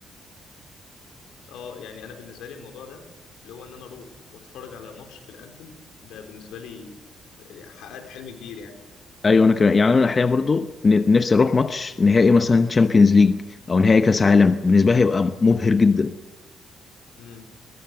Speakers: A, on the left; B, on the left.
A: اه يعني انا بالنسبه لي الموضوع ده اللي هو ان انا اروح واتفرج على ماتش في الانفيلد ده بالنسبه لي يعني حققت حلم كبير يعني
B: ايوه انا كمان يعني انا احيانا برضو ن- نفسي اروح ماتش نهائي مثلا تشامبيونز ليج او نهائي كاس عالم بالنسبه لي هيبقى مبهر جدا
A: امم